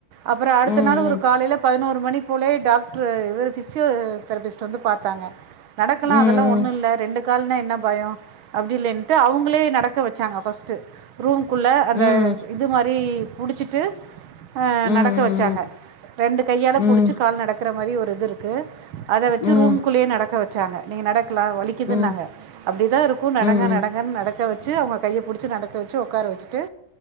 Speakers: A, on the right; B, on the left.
A: அப்புற அடுத்த
B: ம்
A: நாள் ஒரு காலையல பதினோரு மணிப்போலே டாக்ட்ரு இவரு ஃபிசியோ தெரபிஸ்ட் வந்து பாத்தாங்க நடக்கலா
B: ம்
A: அதெல்லா ஒன்னுல்ல ரெண்டு காலுனெ என்ன பயொ அப்டில்லென்ட்டு அவுங்களே நட க்க வச்சாங்க ஃபஸ்ட்டு ரூம்குள்ள அந்த
B: ம்
A: இது மாரி புடுச்சிட்டு அ
B: ம்
A: நடக்க வச்சாங்க ரெண்டு கையால
B: ம்
A: புடுச்சு கால் நடக்குற மாரி ஒரு இது இரு க்கு அத வச்சு
B: ம் ம்
A: ரூம்க்குள்ளயே நடக்க வ ச்சாங்க நீங்க நட க்லா வலிக்குதுன்னாங்க
B: ம் ம் ம்
A: அப்டிதா இருக்கு நடங்க
B: ம்
A: நடங்கன் நடக்க வ ச்சு அவுங்க கைய புடுச்சு நடக்க வ ச்சு ஒக்கார வச்சுட்டு